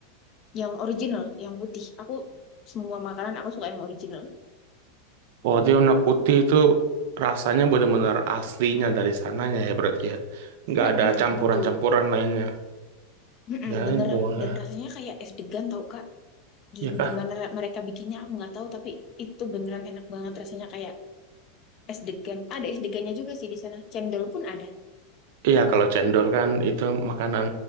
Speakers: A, on the left; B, on the right.
A: yang original, yang putih. Aku semua makanan aku suka yang original.
B: Oh, dia warna putih itu rasanya benar-benar aslinya dari sananya ya berarti ya. Nggak
A: Mm-mm,
B: ada campuran-campuran
A: betul.
B: lainnya.
A: Mm-mm,
B: Ya,
A: beneran
B: boleh.
A: dan rasanya kayak es degan tau Kak. Gi-
B: Ya kah?
A: Gimana ra- mereka bikinnya aku nggak tahu tapi itu beneran enak banget rasanya kayak es degan. Ada es degannya juga sih di sana. Cendol pun ada.
B: Iya, kalau cendol kan itu makanan